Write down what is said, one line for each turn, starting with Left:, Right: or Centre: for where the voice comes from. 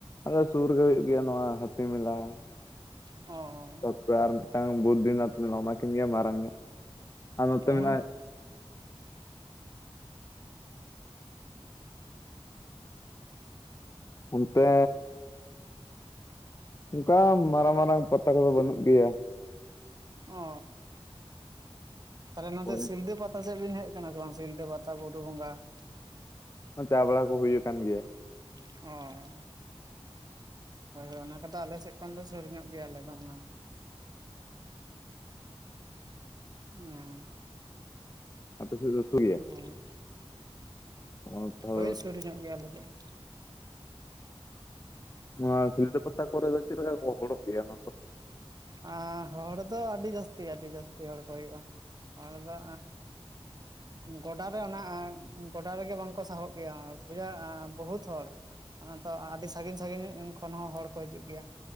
Left: ᱟᱞᱮ ᱥᱩᱨ ᱨᱮᱜᱮ ᱦᱩᱭᱩᱜ ᱜᱮᱭᱟ ᱱᱚᱣᱟ ᱦᱟᱹᱛᱤ ᱢᱮᱞᱟ ᱾
Right: ᱚ
Left: ᱛᱟᱨᱯᱚᱨᱮ ᱟᱨ ᱢᱤᱫᱴᱟᱝ ᱵᱩᱫᱽᱫᱤᱱᱟᱛᱷ ᱢᱮᱞᱟ ᱚᱱᱟᱠᱤᱱ ᱜᱮ ᱢᱟᱨᱟᱝ ᱧᱚᱜ ᱟᱨ ᱱᱚᱛᱮ
Right: ᱚ
Left: ᱢᱮᱱᱟᱜ ᱚᱱᱛᱮ ᱚᱱᱠᱟ ᱢᱟᱨᱟᱝ ᱢᱟᱨᱟᱝ ᱯᱟᱛᱟ ᱠᱚᱫᱚ ᱵᱟᱹᱱᱩᱜ ᱜᱮᱭᱟ ᱾
Right: ᱚ ᱛᱟᱦᱚᱞᱮ ᱱᱚᱛᱮ
Left: ᱦᱳᱭ
Right: ᱥᱤᱞᱫᱟᱹ ᱯᱟᱛ ᱛᱟ ᱥᱮᱫ ᱵᱮᱱ ᱦᱮᱡ ᱠᱟᱱᱟ ᱥᱮ ᱵᱟᱝ ᱥᱤᱞᱫᱟᱹ ᱯᱟᱛᱟ ᱵᱩᱨᱩ ᱵᱚᱸᱜᱟ ᱾
Left: ᱪᱟ ᱵᱟᱲᱟ ᱠᱚ ᱦᱩᱭ ᱟᱠᱟᱱ ᱜᱮᱭᱟ ᱾
Right: ᱚ ᱦᱳᱭ ᱦᱳᱭ ᱚᱱᱟ ᱠᱚᱫᱚ ᱟᱞᱮ ᱥᱮᱜ ᱠᱷᱚᱱ ᱫᱚ ᱥᱩᱨ ᱧᱚᱜ ᱜᱮᱭᱟ ᱟᱞᱮ ᱫᱚ ᱚᱱᱟ ᱚ
Left: ᱟᱯᱮ ᱥᱮᱫ ᱫᱚ ᱥᱩᱨ ᱜᱮᱭᱟ ᱾
Right: ᱦᱮᱸ
Left: <unintelligible>
Right: ᱦᱳᱭ ᱥᱩᱨ ᱧᱚᱜ ᱜᱮᱭᱟ ᱟᱞᱮ ᱠᱷᱚᱡ ᱾
Left: ᱱᱚᱣᱟ ᱥᱤᱞᱫᱟᱹ ᱯᱟᱛᱟ ᱠᱚᱨᱮ ᱫᱚ ᱪᱮᱫ ᱞᱮᱠᱟ ᱠᱚ ᱦᱚᱲᱚᱜ ᱜᱮᱭᱟ ᱚᱱᱟ ᱠᱚᱨᱮ
Right: ᱟᱸ ᱦᱚᱲ ᱫᱚ ᱟᱰᱤ ᱡᱟᱥᱛᱤ ᱟᱰᱤ ᱡᱟᱥᱛᱤ ᱦᱚᱲ ᱠᱚ ᱦᱳᱭᱳᱜ-ᱟ᱾ ᱦᱚᱲ ᱫᱚ ᱮᱸ᱾ ᱜᱚᱰᱟᱨᱮ ᱚᱱᱟ ᱜᱚᱰᱟ ᱨᱮᱜᱮ ᱵᱟᱝᱠᱚ ᱥᱟᱦᱚᱵ ᱜᱮᱭᱟ ᱯᱩᱨᱟ ᱵᱚᱦᱩᱛ ᱦᱚᱲ᱾ ᱚᱱᱟ ᱛᱚ ᱟᱰᱤ ᱥᱟᱸᱜᱤᱧ ᱥᱟᱸᱜᱤᱧ ᱠᱷᱚᱱ ᱦᱚᱸ ᱦᱚᱲ ᱠᱚ ᱦᱤᱡᱩᱜ ᱜᱮᱭᱟ